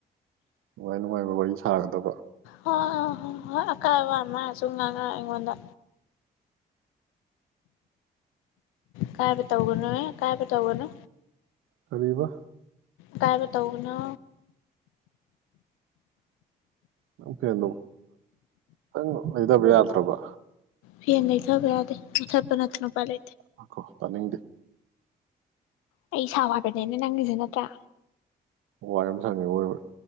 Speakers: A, on the right (about 75°); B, on the left (about 80°).
A: ꯅꯨꯡꯉꯥꯏ ꯅꯨꯡꯉꯥꯏꯕ ꯋꯥꯔꯤ ꯁꯥꯒꯗꯕ
B: ꯍꯣꯏ ꯍꯣꯏ ꯍꯣꯏ ꯑꯀꯥꯏꯕ ꯋꯥ ꯃꯥꯁꯨ ꯉꯥꯡꯉꯛ ꯑꯩꯉꯣꯟꯗ ꯀꯥꯏꯗ ꯇꯧꯒꯅꯣꯍ ꯀꯥꯏꯕ ꯇꯧꯒꯅꯣ
A: ꯀꯕ
B: ꯀꯥꯏ ꯇꯥꯎꯅ
A: ꯅꯪ ꯐꯦꯟꯗꯣ ꯅꯪ ꯂꯩꯗꯕ ꯌꯥꯗ꯭ꯔꯕ
B: ꯐꯅꯤ ꯁꯕ ꯌꯥꯗ ꯁꯠꯄ ꯅꯠꯇꯅꯨ ꯄꯂ
A: ꯉꯥꯏꯈꯣ ꯇꯥꯅꯤꯡꯗꯦ
B: ꯑꯩ ꯏꯁꯥ ꯋꯥꯕꯅꯦꯅꯦ ꯅꯪꯒꯤꯁꯦ ꯅꯠꯇ꯭ꯔꯥ
A: ꯋꯥꯏ ꯌꯥꯝ ꯁꯪꯉ ꯑꯣꯏꯕ